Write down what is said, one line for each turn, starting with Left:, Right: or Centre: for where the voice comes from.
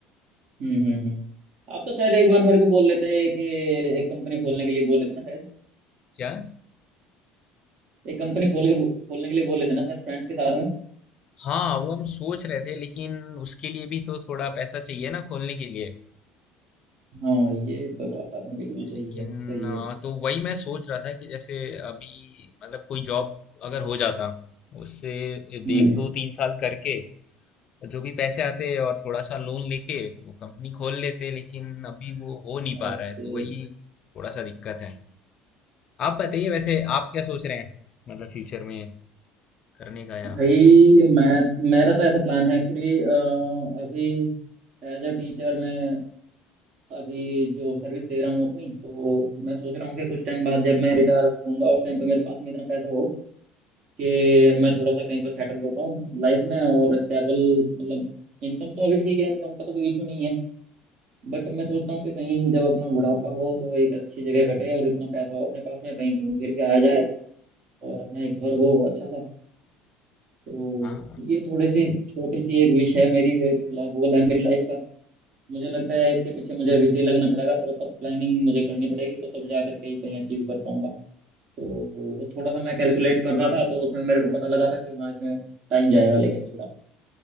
Right: हम्म हम्म हम्म आप तो शायद एक बार मेरे को बोल लेते कि एक कंपनी खोलने के लिए बोल लेते ना शायद
Left: क्या
Right: एक कंपनी खोल के खोलने के लिए बोल लेते ना शायद फ्रेंड्स के साथ
Left: हाँ वो हम सोच रहे थे लेकिन उसके लिए भी तो थोड़ा पैसा चाहिए ना खोलने के लिए
Right: हाँ ये तो बात आपने बिल्कुल सही
Left: लेकिन
Right: है सही
Left: अ,
Right: है
Left: तो वही मैं सोच रहा था कि जैसे अभी मतलब कोई जॉब अगर हो जाता उससे
Right: हम्म
Left: एक दो तीन साल करके जो भी पैसे आते और थोड़ा सा लोन लेके तो कंपनी खोल लेते लेकिन अभी वो हो नहीं
Right: ओके
Left: पा रहा है तो वही थोड़ा सा दिक्कत है आप बताइए वैसे आप क्या सोच रहे हैं मतलब फ्यूचर में करने का या
Right: भाई मैं मेरा तो ऐसा प्लान है एक्चुअली अभी एज अ टीचर मैं अभी जो सर्विस दे रहा हूँ अपनी तो मैं सोच रहा हूँ कि कुछ टाइम बाद जब मैं रिटायर होऊंगा उस टाइम पे मेरे पास में इतना पैसा हो कि मैं थोड़ा सा कहीं पर सेटल हो पाऊँ लाइफ में और स्टेबल मतलब इनकम तो अभी ठीक है इनकम का तो कोई इशू नहीं है बट मैं सोचता हूँ कि कहीं जब अपना बुढ़ापा हो तो एक अच्छी जगह कटे और इतना पैसा हो अपने पास में कहीं घूम फिर के आया जाए और अपना एक घर हो अच्छा सा तो
Left: हाँ
Right: ये थोड़ी सी छोटी सी एक विश है मेरी एक गोल है मेरी लाइफ का मुझे लगता है इसके पीछे मुझे अभी से ही लगना पड़ेगा प्रॉपर प्लानिंग मुझे करनी पड़ेगी तो तब जा करके ही कहीं अचीव कर पाऊंगा तो वो थोड़ा सा मैं कैलकुलेट कर रहा था तो उसमें मेरे को पता लगा था कि हाँ इसमें टाइम जाएगा लेकिन थोड़ा